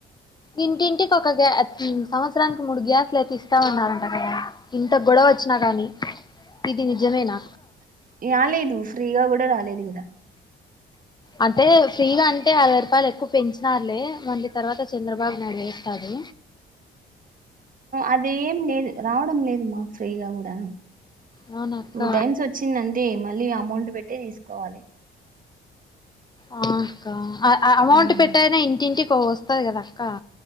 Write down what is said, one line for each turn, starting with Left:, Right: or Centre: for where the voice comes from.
Left: ఇంటింటికి ఒక గ్యా సంవత్సరానికి మూడు గ్యాస్లు అయితే ఇస్తా అన్నారంట కదా ఇంత గొడవ వచ్చినా గానీ ఇది నిజమే న
Right: యాల్లేదు ఫ్రీగా గుడా రాలేదు ఇంగ
Left: అంటే ఫ్రీగా అంటే అరవై రూపాయలు ఎక్కువ పెంచినారులే మల్లి తర్వాత చంద్రబాబు నాయుడు వేస్తాడు
Right: అది ఏం లేదు రావడం లేదు మాకు ఫ్రీగా కూడా
Left: అవున అక్క
Right: టూ టైమ్స్ వచ్చిందంతే మళ్ళీ అమౌంట్ పెట్టి తీసుకోవాలి
Left: ఆ అక్క అమౌంట్
Right: ఉమ్,
Left: పెట్టైన ఇంటింటి కో వస్ వస్తది కదా అక్క